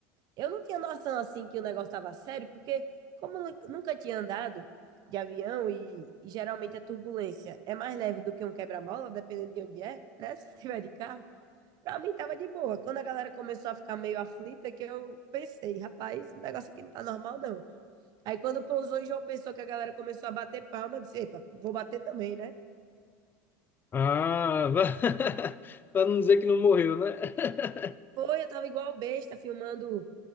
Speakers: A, on the right; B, on the left.
A: Eu não tinha noção assim que o negócio estava sério, porque como eu nu- nunca tinha andado de avião e, e geralmente a turbulência é mais leve do que um quebra-mola, dependendo de onde é, né? <laughs> Se tiver de carro, pra mim tava de boa. Quando a galera começou a ficar meio aflita, que eu pensei, rapaz, o negócio aqui não tá normal, não. Aí quando pousou e João pensou que a galera começou a bater palma, eu disse, epa, vou bater também, né?
B: Ah, <laughs> para não dizer que não morreu, né? <laughs>
A: Foi, eu tava igual besta filmando